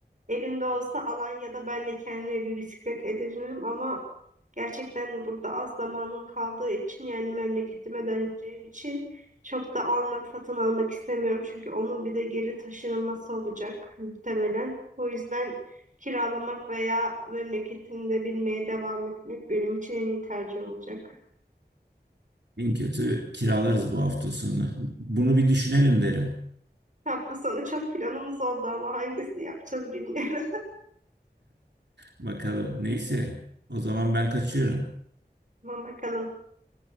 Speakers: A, on the right; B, on the right.
A: Elimde olsa Alanya'da ben de kendime bir bisiklet edinirim ama gerçekten burada az zamanım kaldığı için yani memleketime döneceğim için çok da almak satın almak istemiyorum. Çünkü onun bir de geri taşınılması olacak muhtemelen. O yüzden kiralamak veya memleketimde binmeye devam etmek benim için en iyi tercih olacak.
B: En kötü kiralarız bu hafta sonu. Bunu bir düşünelim derim.
A: Hafta sonu çok planımız oldu ama hangisini yapacağız bilmiyorum.
B: Bakalım. Neyse. O zaman ben kaçıyorum.
A: Tamam bakalım.